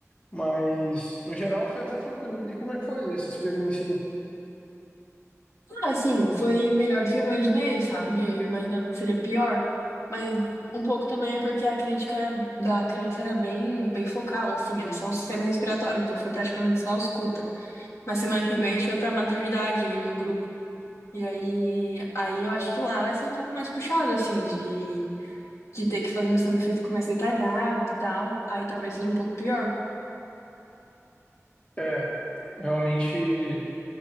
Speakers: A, on the left; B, on the left.
A: Mas, no geral, foi até tranquilo. E como é que foi essa experiência? aí?
B: Ah, assim, foi melhor do que eu imaginei, sabe? Eu imaginava que seria pior. Mas um pouco também é porque a crítica era- da criança era bem, bem focal, assim, era só o sistema respiratório, então foi praticamente só ausculta. Mas semana que vem a gente vai pra maternidade, eu e meu grupo. E aí, aí eu acho que lá vai ser um pouco mais puxado, assim, de, de ter que fazer um exame físico mais detalhado e tal. Aí talvez seja um pouco pior.
A: É, realmente.